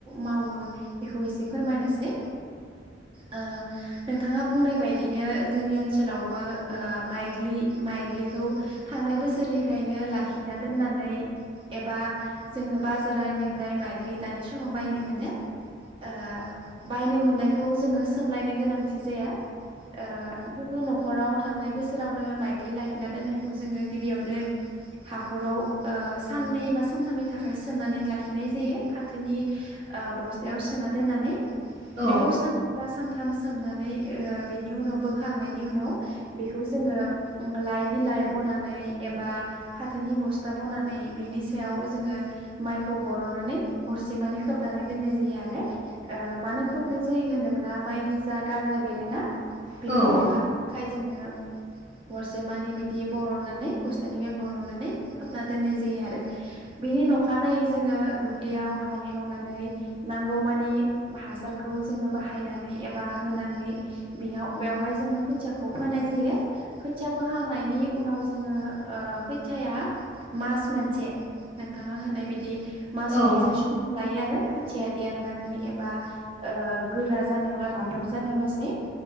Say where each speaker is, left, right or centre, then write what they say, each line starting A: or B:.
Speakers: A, on the right; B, on the right.
A: मावो बेखौ एसे फोरमायनोसै ओ नोंथाङा बुंनाय बायदिनो जोंनि ओनसोलावबो ओ माइग्लि माइग्लिखौ थांनाय बोसोरनिखायनो लाखिना दोननानै एबा जोङो बाजारनिफ्राय माइग्लि दानि बायनो मोनो। ओ बायनो मोननायखौ जोङो सोमलायनो गोनांथि जाया। ओ जोङो हाख'राव थांनाय बोसोरावनो माइग्लि लाखिना दोननायखौ जोङो गिबियावनो हाख'राव ओ साननै बा सानथामनि थाखाय सोमनानै लाखिनाय जायो। फा फाथोनि बस्थायाव सोना दोननानै
B: औ
A: बिखौ सान बा सान थाम सोमनानै ओ बिनि उनाव बोखांनायनि उनाव बेखौ जोङो ओ लाइ बिलाइ बनानै एबा फाथोनि बस्था बनानै बिनि सायाव जोङो माइखौ बरननानै हरसे माने खोबनानै दोननाय जायो आरो ओ मानो खोबनाय जायो होनोब्ला माइनि जा गाजा बेरोना बेखौ
B: औ
A: ओंखार <inaudible> थाखाय जोङो हरसे मानि बिदि बरननानै बस्थानिफ्राय बरननानै खोबना दोननाय जायो आरो। बिनि अखानायनायै जोङो दुब्लियाव हालेवनानै नांगौमानि हासारखौ जोङो बाहायनानै एबा होनानै बेयाव बेवहाय जोङो खोथियाखौ फोनाय जायो खोथिया फोखांनायनि उनाव जोङो खोथियाया मास मोनसे नोंथाङा होननाय बिदि मास
B: औ
A: मोनसे सम लायो आरो खोथिया देरनानै एबा ओ गोरा जानायावल राफोद जानायावल'सै